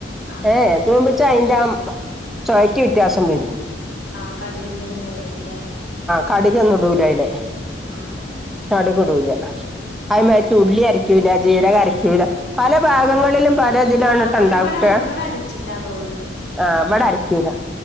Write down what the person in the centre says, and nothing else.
ഏഹ്
തൂപിച്ചാഴിമ്പം ചോയിക്ക് വ്യത്യാസം വരും.
കടുകൊന്നുടൂലായില്.
കടുകിടൂല അത് മാരിച്ച് ഉള്ളി അരിക്കൂല, ജീരകരിക്കൂല പല ഭാഗങ്ങളിലും. പല ഇതിലാണ്‌ട്ടോ
ഉണ്ടാവക്ക
ആഹ് ഇവിടെ അ രിക്കൂല